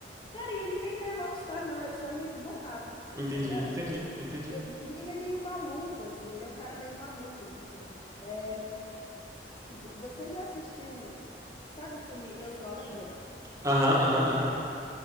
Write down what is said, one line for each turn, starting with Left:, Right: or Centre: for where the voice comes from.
Left: Cara, e ele nem é rockstar, não, ele só é meio desbocado,
Right: Entendi,
Left: tá ligado?
Right: entendi, entendi.
Left: E, e ele é meio maluco, assim, ele é um cara meio maluco, tipo, é, tipo, você já assistiu, sabe o filme Eu Sou a Lenda?
Right: Aham, aham, aham.